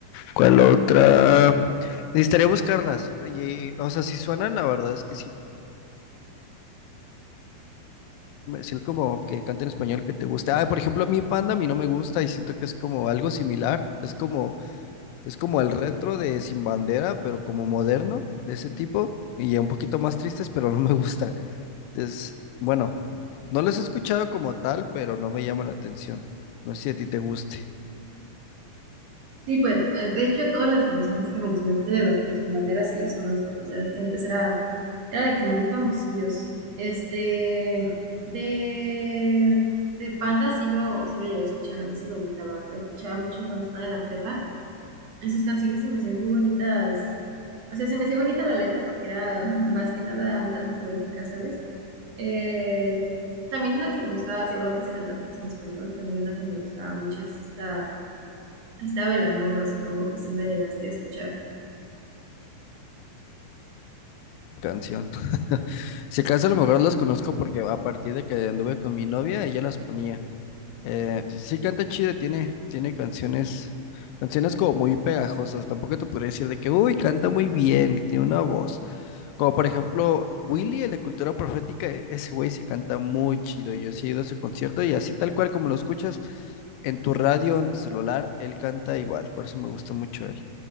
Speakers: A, on the left; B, on the right.
A: ¿cuál otra? Necesitaría buscarlas, y, o sea, si suenan, la verdad es que sí sino como que canta en español que te guste. Ah, por ejemplo, a mí Panda a mí no me gusta y siento que es como algo similar. Es como, es como el retro de Sin Bandera, pero como moderno, de ese tipo. Y ya un poquito más tristes, pero no me gusta. Es, bueno, no los he escuchado como tal, pero no me llama la atención. No sé si a ti te guste
B: Sí, pues, eh, de hecho, todas las canciones que mencionaste de, Ba- de Sin Bandera sí las conozco, pues ya ves que antes era, era de que muy famosillos. Este, de, de Panda sí lo, sí lo llegué a escuchar, a mí sí me gustaba, lo escuchaba mucho cuando estaba en la prepa, y sus canciones se me hacían muy bonitas, o sea, se me hacía bonita la letra porque era <laughs> más que nada un tanto poética, ¿sabes? Eh, también una que me gustaba, si hablamos de cantantes en español, también una que me gustaba mucho es esta... Está Belanova, supongo que sí la llegaste a escuchar.
A: la canción. <laughs> Si acaso a lo mejor los conozco porque a partir de que anduve con mi novia, ella las ponía. Eh, sí canta chido, tiene, tiene canciones, canciones como muy pegajosas. Tampoco te podría decir de que, uy, canta muy bien, tiene una voz. Como por ejemplo, Willy, el de Cultura Profética, e- ese güey sí canta muy chido. Yo sí he ido a su concierto y así tal cual como lo escuchas en tu radio, en tu celular, él canta igual. Por eso me gusta mucho él.